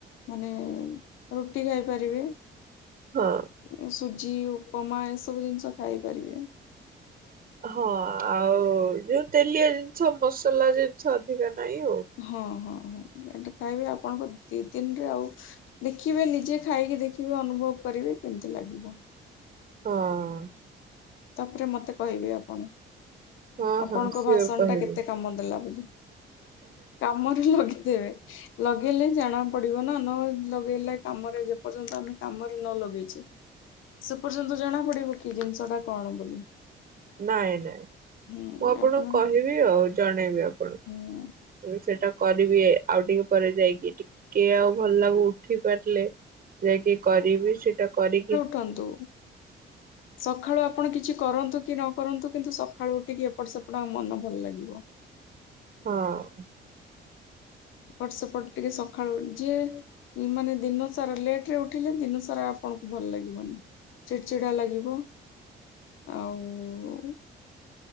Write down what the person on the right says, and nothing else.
ହଁ।
ହଁ। ଆଉ, ଯୋଉ ତେଲିଆ ଜିନିଷ, ମସଲା ଜିନିଷ, ଅଧିକା ନାହିଁ ଆଉ।
ହଁ।
ହଁ
ହଁ ସିଓର
କହିବି।
ନାଇଁ ନାଇଁ,
ମୁଁ ଆପଣଙ୍କୁ
କହିବି ଆଉ। ଜଣେଇବି ଆଉ। ହଁ ଏବେ
ସେଟା କରିବି, ଆଉ ଟିକେ ପରେ ଯାଇକି, ଟିକେ ଆଉ ଭଲ ଲାଗୁ ଉଠି ପାରିଲେ ଯାଇକି କରିବି, ସେଇଟା କରିକି
ହଁ।